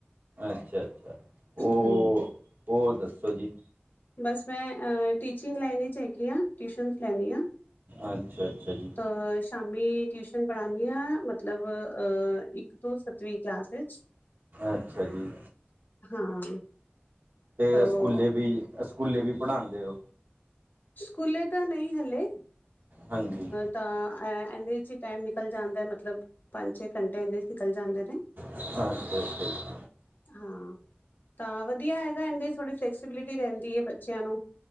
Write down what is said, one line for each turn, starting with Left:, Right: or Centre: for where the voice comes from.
Right: ਅੱਛਾ ਅੱਛਾ।
Left: ਹਮ
Right: ਉਹ ਹੋਰ ਦੱਸੋ ਜੀ?
Left: ਬਸ ਮੈਂ ਟੀਚਿੰਗ ਲਾਈਨ 'ਚ ਹੈਗੀ ਹਾਂ ਟਿਊਸ਼ਨਸ ਲੈਦੀ ਹਾਂ।
Right: ਅਛਾ- ਅਛਾ ਜੀ
Left: ਅ ਸ਼ਾਮੀ ਟਿਊਸ਼ਨ। ਪੜ੍ਹਾਦੀ ਹ ਮਤਲਬ ਇਕ ਤੋ ਸੱਤਵੀ ਕਲਾਸ ਵਿਚ
Right: ਅੱਛਾ ਜੀ।
Left: ਹਾਂ
Right: ਤੇ
Left: ਤੋਂ
Right: ਸਕੂਲੇ ਵੀ ਸਕੂਲੇ ਵੀ ਪੜ੍ਹਾਉਦੇ ਔ।
Left: ਸਕੂਲੇ ਤਾਂ ਨਹੀ ਹੀ ਹਲੇ
Right: ਹਾਂਜੀ
Left: ਤਾਂ ਇਹਦੇ ਵਿੱਚ ਹੀ ਟਾਈਮ ਨਿਕਲ ਜਾਂਦਾ ਹੈ ਮਤਲਬ ਪੰਜ ਛੇ ਘੰਟੇ ਇਹਦੇ ਨਿਕਲ ਜਾਂਦੇ ਨੇ
Right: ਅੱਛਾ ਅੱਛਾ ਜੀ
Left: ਹਾਂ ਤਾਂ ਵਧੀਆ ਹੈਗਾ ਇਹਦੇ ਥੋੜੇ ਫੈਕਸ ਪੋਸਬਿਲਟੀ ਰਹਿੰਦੀ ਹੈ। ਬੱਚਿਆਂ ਨੂੰ